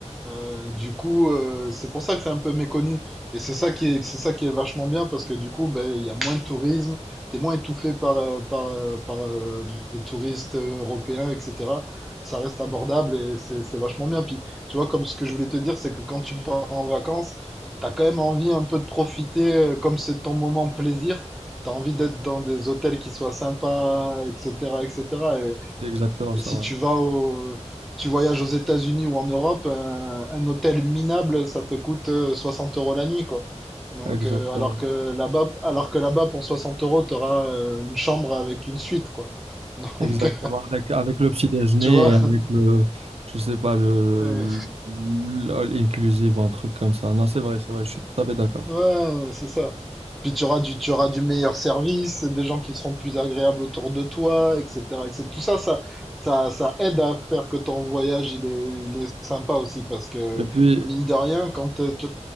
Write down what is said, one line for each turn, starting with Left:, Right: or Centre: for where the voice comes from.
Centre: Euh, du coup, euh, c'est pour ça que c'est un peu méconnu. Et c'est ça qui est, c'est ça qui est vachement bien parce que du coup, ben, il y a moins de tourisme, t'es moins étouffé par, euh, par, euh, par euh, les touristes euh, européens, etc. Ça reste abordable et c'est c'est vachement bien. Puis, tu vois, comme ce que je voulais te dire, c'est que quand tu pars en vacances, t'as quand même envie un peu de profiter, euh, comme c'est ton moment plaisir, t'as envie d'être dans des hôtels qui soient sympas, etc., etc.
Right: c'est exactement
Centre: Et
Right: ça,
Centre: si
Right: ouais.
Centre: tu vas au, tu voyages aux États-Unis ou en Europe, un, un hôtel minable, ça te coûte euh, 60 euros la nuit, quoi. Donc,
Right: Exactement.
Centre: euh, alors que là-bas, alors que là-bas, pour 60 euros, tu auras une chambre avec une suite, quoi. <laughs> Donc,
Right: Exactement, avec, avec le petit déjeuner
Centre: tu vois,
Right: et avec le, je sais pas, le,
Centre: euh,
Right: le- all inclusive, un truc comme ça. Non, c'est vrai, c'est vrai, je suis tout à fait d'accord.
Centre: Ouais, c'est ça. Puis tu auras du, tu auras du meilleur service, des gens qui seront plus agréables autour de toi, etc., etc. Tout ça, ça, ça, ça aide à faire que ton voyage, il est, il est sympa aussi, parce que
Right: Et puis,
Centre: mine de rien, quand euh, tu